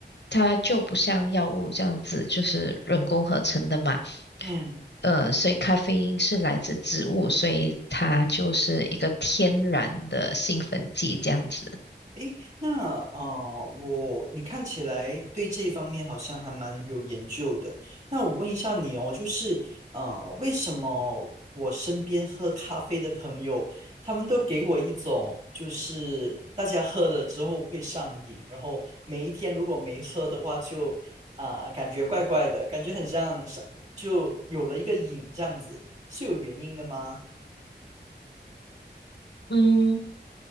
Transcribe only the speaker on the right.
嗯。
诶，那呃，我你看起来对这一方面好像还蛮有研究的。那我问一下你哦，就是呃，为什么我身边喝咖啡的朋友，他们都给我一种就是大家喝了之后会上瘾，然后每一天如果没喝的话就，啊感觉怪怪的，感觉很像上就有了一个瘾这样子，是有原因的吗？